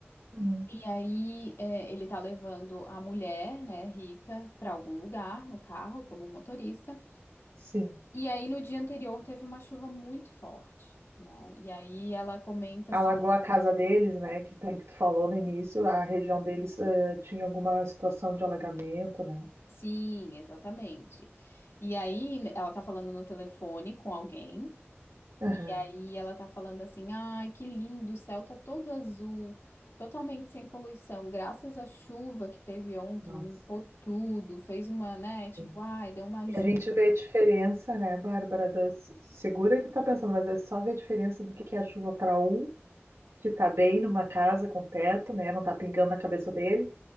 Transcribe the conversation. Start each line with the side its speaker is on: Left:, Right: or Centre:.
Right: uhum.
Left: e aí é, ele tá levando a mulher, né, rica, para algum lugar no carro como motorista.
Right: Sim.
Left: E aí no dia anterior teve uma chuva muito forte, né? E aí ela comenta
Right: alagou
Left: assim,
Right: a casa deles, né? Que pelo que tu falou no início, a região deles eh, tinha alguma situação de alagamento, né?
Left: sim, exatamente. E aí ela tá falando no telefone com alguém. E
Right: Aham,
Left: aí ela tá falando assim: ai, que lindo, o céu tá todo azul, totalmente sem poluição, graças à chuva que teve ontem,
Right: Nossa,
Left: limpou tudo, fez uma, né, tipo,
Right: sim.
Left: ai, deu uma ajuda.
Right: E a gente vê a diferença, né, Bárbara, das... segura que tá pensando, mas é só ver a diferença do que que é a chuva para um que tá bem numa casa com teto, né? Não tá pingando na cabeça dele,